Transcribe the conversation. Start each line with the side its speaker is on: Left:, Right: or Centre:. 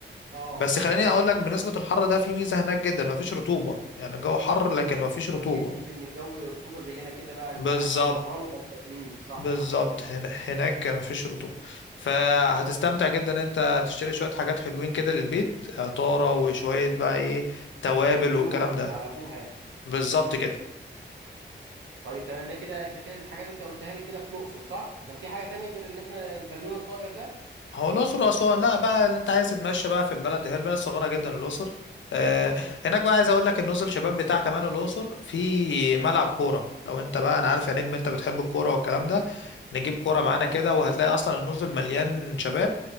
Right: اه
Left: بس خليني أقول لك بالنسبة للحر ده في ميزة هناك جدا مفيش رطوبة يعني الجو حر لكن مفيش
Right: فما
Left: رطوبة
Right: تحسش بان الجو رطوبه زي هنا كده بقى انت
Left: بالظبط
Right: قاعد حران وما انت امم صح
Left: بالظبط
Right: صح كلامك مظبوط
Left: هنا هناك مفيش رطوبة فهتستمتع جدا انت تشتري شوية حاجات حلوين كده للبيت عطارة وشوية
Right: كويس
Left: بقى ايه توابل
Right: حاجات بيور
Left: والكلام
Right: بقى
Left: ده
Right: على ابوها يعني
Left: بالظبط كده
Right: طيب تمام ده كده انت كده الحاجات انت قلتها لي كده في الاقصر صح ده في حاجه تانية غير ان احنا البالون الطائر ده
Left: هو الأقصر وأسوان لا بقى اللي أنت عايز تتمشى بقى في البلد هي البلد صغيرة جدا الأقصر آه هناك بقى عايز أقول لك النزل شباب بتاع كمان الأقصر في ملعب كورة لو أنت بقى أنا عارف يا نجم أنت بتحب الكورة والكلام ده نجيب كورة
Right: اه
Left: معانا كده وهتلاقي أصلا النزل مليان شباب